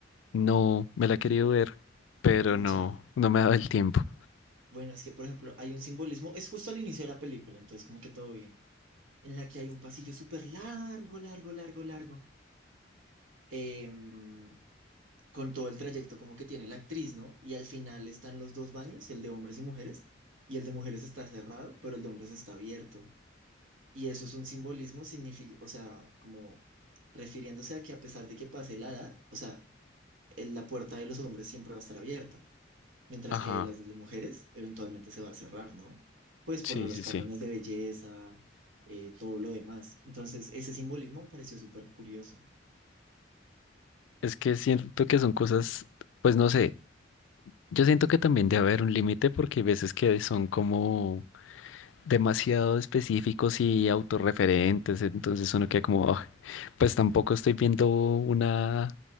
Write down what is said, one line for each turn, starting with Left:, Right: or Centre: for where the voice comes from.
Left: No, me la he querido ver, pero
Right: Pues, pucha.
Left: no, no me ha dado el tiempo.
Right: Bueno, es que, por ejemplo, hay un simbolismo, es justo al inicio de la película, entonces como que todo bien, en la que hay un pasillo súper largo, largo, largo, largo. Em, con todo el trayecto como que tiene la actriz, ¿no? Y al final están los dos baños, el de hombres y mujeres, y el de mujeres está cerrado, pero el de hombres está abierto. Y eso es un simbolismo, signifi- o sea, como refiriéndose a que a pesar de que pase la edad, o sea, el- la puerta de los hombres siempre va a estar abierta, mientras
Left: Ajá,
Right: que las de mujeres eventualmente se va a cerrar, ¿no? Pues
Left: sí,
Right: por lo- los
Left: sí,
Right: cánones
Left: sí.
Right: de belleza, eh, todo lo demás. Entonces, ese simbolismo me pareció súper curioso.
Left: Es que siento que son cosas, pues no sé, yo siento que también debe haber un límite porque hay veces que son como demasiado específicos y autorreferentes, entonces uno queda como, "Ah, pues tampoco estoy viendo una